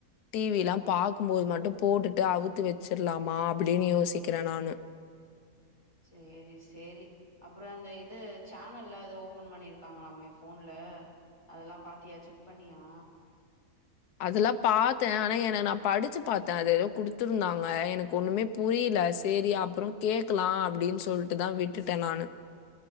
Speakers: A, on the left; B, on the left.
A: டிவி லா பாக்கும்போது மட்டும் போட்டுட்டு அவுத்து வச்சிர்லாமா அப்டின்னு யோசிக்கிறே நானு
B: சேரி சேரி அப்புறோ இந்த இது சேனல்ல ஓபன் பண்ணிருக்காங்களாமே ஃபோன்ல அதெல்லா பாத்தியா செக் பண்ணியா
A: அதெல்லா பாத்தே ஆனா என நா படிச்சு பாத்து அது ஏதோ குடுத்துருந்தாங்க எனக்கு ஒண்ணுமே புரியல சேரி அப்புறோ கேக்கலா அப்புடின்னு சொல்லிட்டு தா விட்டுட்டே நானு